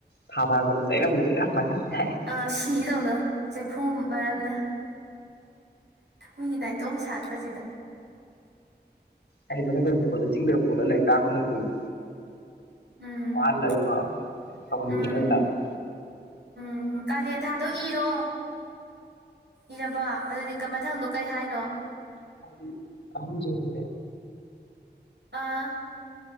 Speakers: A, on the left; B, on the right.
A: ꯊꯥ ꯐꯥꯔꯛꯄꯗ ꯆꯩꯔꯝꯒꯤ ꯆꯩꯔꯝ ꯉꯥꯛꯇ ꯉꯥꯏ
B: ꯑ ꯁꯤꯒꯗꯧꯕꯗꯣ ꯆꯩꯐꯨ ꯃꯔꯝꯅ ꯃꯤꯒꯤ ꯅꯥꯏꯇꯣꯝ ꯁꯥꯠꯄꯁꯤꯗ
A: ꯑꯩ ꯃꯊꯛꯇꯒ ꯄꯨꯈꯠꯂꯒ ꯆꯤꯡꯗꯒ ꯄꯨꯈꯠꯂꯒ ꯂꯥꯏꯔꯤꯛ ꯇꯥꯛꯑꯒ ꯀꯨꯝꯃꯛꯇꯣꯏꯅꯦ
B: ꯎꯝ
A: ꯋꯥꯍꯜꯂꯒꯀꯣ <unintelligible>
B: ꯎꯝ ꯎꯝ ꯀꯥꯂꯦꯟ ꯊꯥꯗꯣ ꯏꯔꯣ ꯏꯔꯕꯣ ꯑꯗꯨꯗꯤ ꯀꯝ ꯃꯊꯪꯗꯣ ꯀꯩ ꯍꯥꯏꯅꯣ
A: ꯃꯣꯏꯗꯤ ꯑꯍꯟ <inaudible>
B: ꯑꯥ